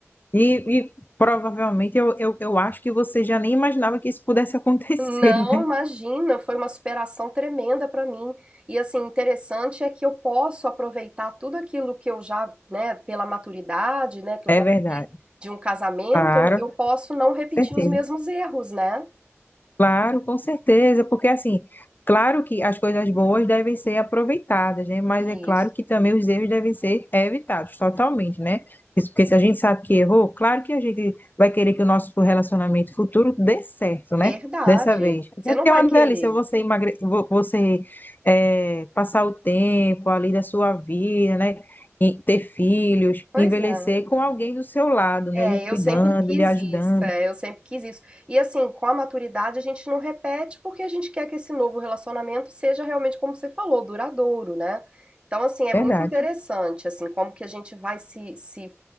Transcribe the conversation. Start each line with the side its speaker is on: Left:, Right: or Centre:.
Left: E, e provavelmente eu, eu, eu acho que você já nem imaginava que isso pudesse <laughs> acontecer,
Right: Não,
Left: né?
Right: imagina, foi uma superação tremenda para mim. E assim, interessante é que eu posso aproveitar tudo aquilo que eu já, né, pela maturidade, né, que
Left: É
Right: eu já
Left: verdade.
Right: vivi de um casamento,
Left: Claro,
Right: eu, eu
Left: com
Right: posso não repetir
Left: certeza.
Right: os mesmos erros, né?
Left: Claro, com certeza, porque assim, claro que as coisas boas devem ser aproveitadas, né? Mas
Right: Isso.
Left: é claro que também os erros devem ser evitados totalmente, né? Isso Porque se a gente sabe que errou, claro que a gente vai querer que o nosso relacionamento futuro dê certo, né?
Right: Verdade.
Left: Dessa vez. Até
Right: Você não
Left: porque
Right: vai
Left: é uma
Right: querer.
Left: delícia você emagre... vo- você eh, passar o tempo ali da sua vida, né? E ter filhos,
Right: Pois
Left: envelhecer
Right: é.
Left: com alguém do seu lado,
Right: É,
Left: né? Lhe cuidando,
Right: eu sempre quis
Left: lhe ajudando.
Right: isso, é, eu sempre quis isso. E assim, com a maturidade a gente não repete porque a gente quer que esse novo relacionamento seja realmente, como você falou, duradouro, né? Então, assim, é
Left: Verdade,
Right: muito interessante, assim, como que a gente vai se, se